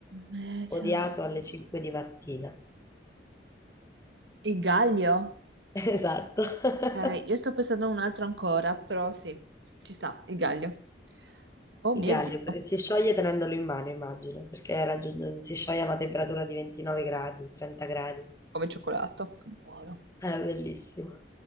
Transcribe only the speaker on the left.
odiato
alle 5 di mattina.
<laughs> Esatto. <laughs>
Il
gallio
perché si scioglie tenendolo in mano, immagino, perché raggiun- si scioglie a una temperatura di 29 gradi, 30 gradi.
È bellissimo.